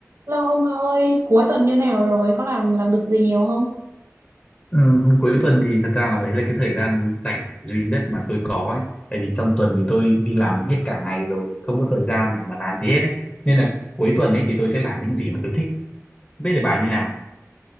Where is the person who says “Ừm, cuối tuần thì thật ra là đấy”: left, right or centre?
Left